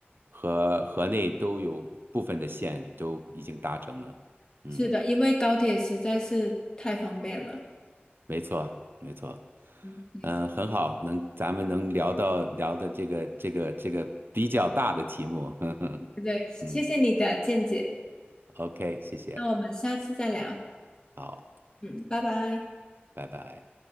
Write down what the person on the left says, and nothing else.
是的，因为高铁实在是太方便了。
嗯，对，
对谢谢你的见解，
那我们下次再聊。
嗯，拜拜。